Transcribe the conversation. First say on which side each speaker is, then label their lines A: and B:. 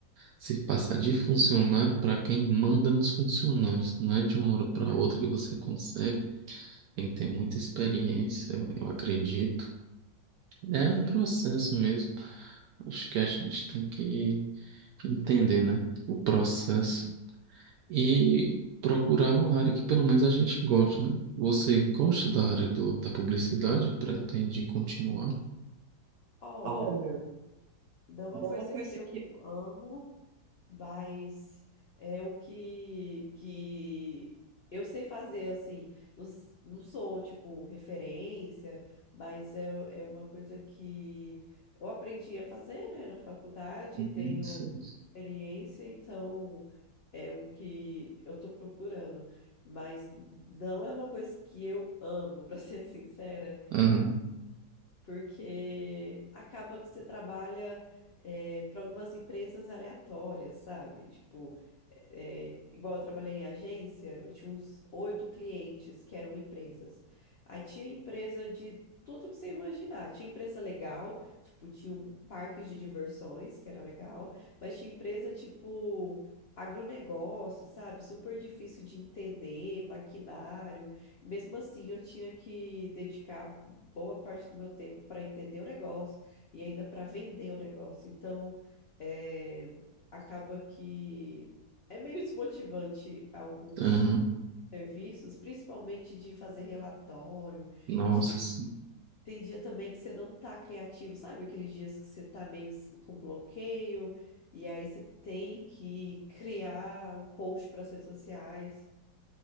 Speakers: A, on the right; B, on the left.
A: se passar de funcionário para quem manda nos funcionários. Não é de uma hora para outra que você consegue. Tem que ter muita experiência, eu eu acredito. É
B: sim.
A: um processo mesmo. Acho que a gente tem que entender, né? O processo
B: sim.
A: e procurar uma área que pelo menos a gente goste, né? Você gosta da área do, da publicidade? Pretende continuar?
B: Olha,
A: Olha,
B: não é uma coisa
A: é uma coisa
B: que eu
A: que
B: amo, Mas é o que, que eu sei fazer, assim. Não, s- não sou, tipo, referência, mas é, é uma coisa que eu aprendi a fazer, né, na faculdade,
A: Uhum,
B: tenho
A: sim.
B: experiência, então é o que eu tô procurando. Mas não é uma coisa que eu amo, <laughs> pra ser sincera
A: Aham,
B: porque acaba que você trabalha para algumas empresas aleatórias, sabe? Tipo, é, é, igual eu trabalhei em agência, eu tinha uns oito clientes que eram empresas. Aí tinha empresa de tudo que você imaginar. Tinha empresa legal, tipo, tinha um parque de diversões, que era legal, mas tinha empresa tipo. Agronegócio, sabe? Super difícil de entender, maquinário. Mesmo assim, eu tinha que dedicar boa parte do meu tempo para entender o negócio e ainda para vender o negócio. Então, é, acaba que é meio desmotivante alguns
A: aham.
B: serviços, principalmente de fazer relatório,
A: Nossa,
B: de
A: sim.
B: tem dia também que você não tá criativo, sabe? Aqueles dias que você tá meio s- com bloqueio e aí você tem que criar um post para as redes sociais.